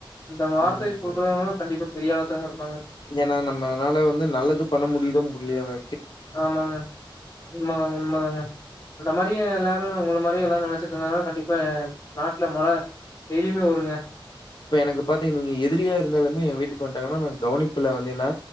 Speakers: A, on the left (about 40°); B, on the left (about 60°).
A: இந்த வார்த்தைய
B: உம்
A: சொல்றவங்க கண்டிப்பா பெரிய ஆளாத்தாங்க இருப்பாங்க.
B: ஏன்னா நம்மனால வந்து நல்லது பண்ண முடியுதோ முடியலோங்க
A: ஆமாங்க உண்மைதாங்க உண்மைதாங்க அந்த மாரியே எல்லாரும் உங்க மாரி எல்லாம் நெனச்சிட்டு இருந்தாங்கன்னா கண்டிப்பா நாட்டுல மழை பெய்து இனிமே வருங்க
B: இப்ப எனக்கு பாத்தீங்க நீங்க எதிரியா இருந்தாலுமே என் வீட்டுக்கு வந்துட்டாங்கன்னா நாங்க கவனிப்புல வந்தீங்கன்னா